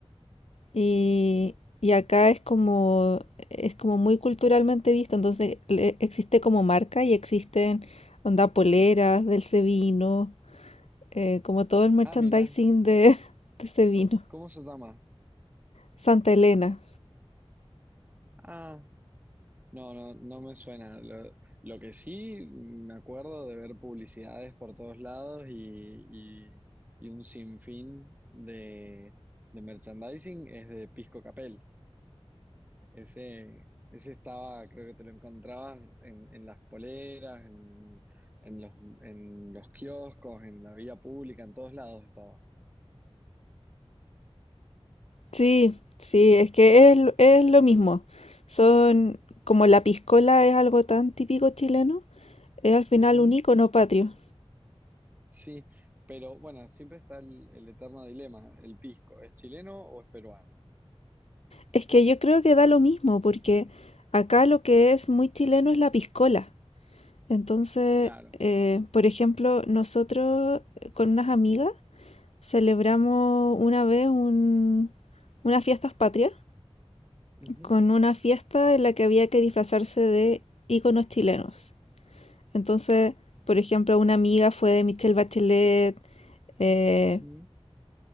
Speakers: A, on the left; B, on the right.
A: Y, y acá es como, es como muy culturalmente visto, entonces le- existe como marca y existen onda poleras del ese vino, eh, como todo el merchandising
B: Ah, mira,
A: de, <laughs> de ese vino.
B: ¿cómo se llama?
A: Santa Elena.
B: Ah. No, no, no me suena. Lo, lo que sí me acuerdo de ver publicidades por todos lados y, y- y un sinfín de, de merchandising es de Pisco Capel. Ese, ese estaba, creo que te lo encontrabas en, en las poleras, en, en los, en los kioscos, en la vía pública, en todos lados estaba.
A: Sí, sí, es que es, lo- es lo mismo. Son como la piscola es algo tan típico chileno. es al final
B: Ujú,
A: un icono patrio.
B: sí, pero bueno, siempre está el el eterno dilema, el pisco, ¿es chileno o es peruano?
A: Es que yo creo que da lo mismo, porque acá lo que es muy chileno es la piscola. Entonces,
B: Claro.
A: eh, por ejemplo, nosotros eh, con unas amigas celebramos una vez un- unas fiestas patrias
B: Ujú,
A: con una fiesta en la que había que disfrazarse de íconos chilenos. Entonces, por ejemplo, una amiga fue de Michelle Bachelet, eh,
B: ujú,